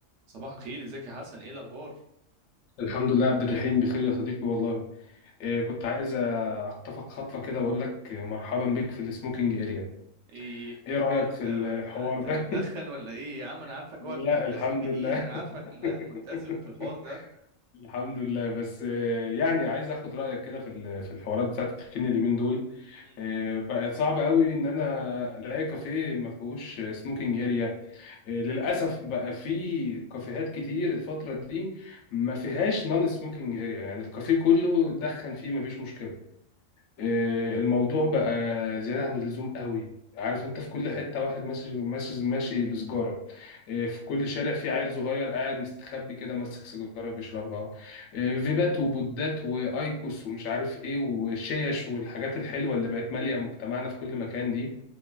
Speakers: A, on the right; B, on the left.
A: صباح الخير ازيك يا حسن ايه الاخبار
B: الحمد لله عبد الرحيم بخير يا صديقي والله إيه كنت عايز اخطفك خطفة كده واقول لك مرحبا بك في السموكينج اريا
A: ايه
B: ايه رأيك
A: هو انت
B: في الحوار
A: انت
B: ده
A: بتدخن ولا ايه يا عم انا عارفك
B: <laughs> لا
A: اوعى تكون بتدخن
B: الحمد
A: جديد
B: لله
A: انا عارفك لا ملتزم
B: <laughs>
A: في الحوار ده
B: الحمد لله بس آه، يعني عايز اخد رايك كده في ال- في الحوارات بتاعت التدخين اليومين دول
A: مم.
B: آه، بقى صعب قوي ان انا الاقي كافيه ما فيهوش سموكينج اريا للاسف بقى في كافيهات كتير الفتره دي ما فيهاش نون سموكينج اريا يعني الكافيه كله دخن فيه ما فيش مشكله آه، الموضوع بقى زيادة عن اللزوم قوي عارف انت في كل حتة واحد ماشي ماشي ماشي بسجارة آه، في كل شارع في عيل صغير قاعد مستخبي كده ماسك سيجارة بيشربها آه، فيبات وبودات وايكوس ومش عارف ايه وشيش والحاجات الحلوة اللي بقت مالية مجتمعنا في كل مكان دي